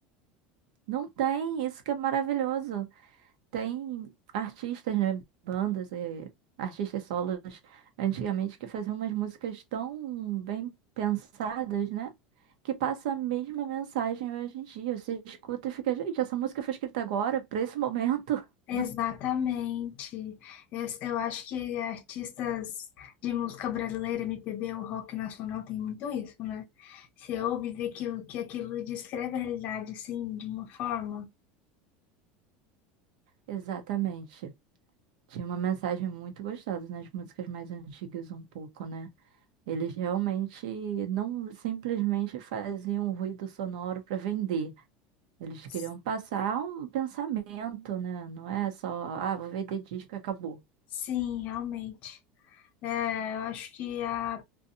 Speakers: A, on the right; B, on the left.
A: Não tem, isso que é maravilhoso. Tem artistas, né? Bandas, eh, artistas solos antigamente que faziam umas músicas tão bem pensadas, né? Que passa a mesma mensagem hoje em dia. Você escuta e fica, gente, essa música foi escrita agora, pra esse momento. <laughs>
B: Exatamente. Es- Eu acho que artistas de música brasileira, MPB ou rock nacional tem muito isso, né? Você ouve e vê que, o- que aquilo descreve a realidade, assim, de uma forma.
A: Exatamente. Tinha uma mensagem muito gostosa nas músicas mais antigas, um pouco, né? Eles realmente não simplesmente faziam um ruído sonoro pra vender. Eles queriam
B: S-
A: passar um pensamento, né? Não é só, ah, vou vender disco e acabou.
B: Sim, realmente. É, eu acho que a,